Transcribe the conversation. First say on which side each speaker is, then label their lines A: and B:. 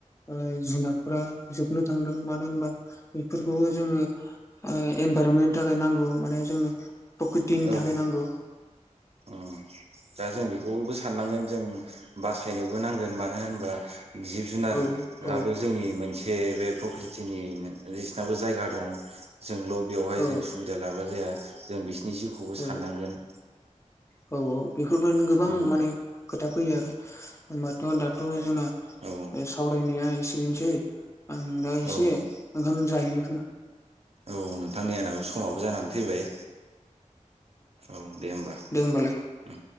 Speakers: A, on the left; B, on the right.
A: ओ जुनादफोरा जोबनो थांदों मानो होनबा बेफोरखौबो जोङो ओ इनभाइरमेन्टनि थाखाय नांगौ माने जोंनो प्रकृतिनि
B: औ
A: थाखाय नांगौ
B: अ दा जों बेखौबो साननांगोन। जों बासायनोबो नांगोन मानो होनोबा जिब जुनाराबो
A: औ औ
B: जोंनि मोनसे से बे प्रकृतिनि बिसिनाबो जायगा दं, जोंल' बेवहाय
A: औ
B: जों सुबिदा लाबा जाया जों बिसोरनि जिउखौबो
A: औ
B: साननांगोन।
A: औ औ बेफोरबायनो गोबां
B: औ
A: माने खोथा फैयो आरो होनबाथ' दाथ' जोंना
B: औ
A: ओ सावरायनाया एसे बेनोसै आं दा एसे
B: औ
A: ओंखाम जाहैनो खोमा।
B: औ नोंथां नै आंनाबो समाबो जानानै फैबाय। औ दे होमबा
A: दे होमबालाय
B: उम।